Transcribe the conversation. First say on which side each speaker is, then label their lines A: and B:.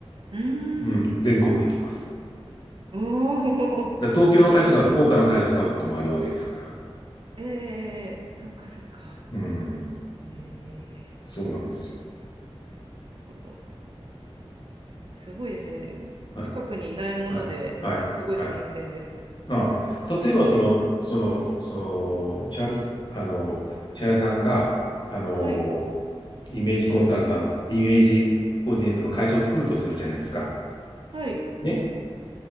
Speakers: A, on the right; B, on the left.
A: うーん。
B: うん。全国行きます。
A: おお、
B: だから東京の会社が福岡の会社買うこともあるわけですから。
A: そうええええそっかそっか。
B: うん。
A: え
B: そうなんですよ。
A: えなるほど。すごいですね。
B: はい。
A: 近くにいないもので、
B: はい。はい。
A: なんかすごい新鮮です。
B: はい。ああ例えば、その、その、その、チャールス、あの、チャールさんが、あの、
A: はい、
B: イメージコンサルタント、イメージコーディネートの会社を作るとするじゃないですか。
A: はい、
B: ね。